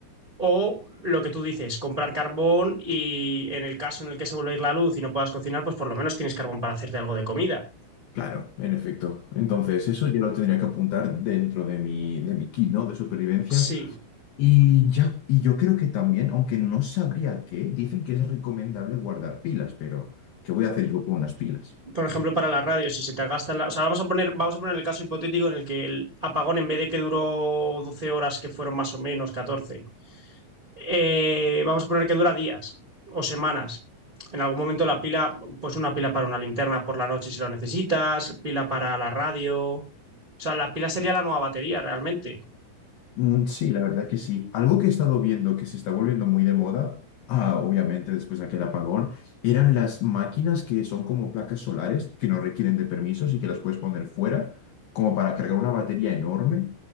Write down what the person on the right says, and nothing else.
o lo que tú dices, comprar carbón y en el caso en el que se vuelva a ir la luz y no puedas cocinar, pues por lo menos tienes carbón para hacerte algo de comida.
Sí,
por ejemplo, para la radio, si se te gasta la... O sea, vamos a poner, vamos a poner el caso hipotético en el que el apagón, en vez de que duró 12 horas, que fueron más o menos catorce eh, vamos a poner que dura días o semanas. En algún momento la pila, pues una pila para una linterna por la noche si lo necesitas, pila para la radio. O sea, la pila sería la nueva batería realmente.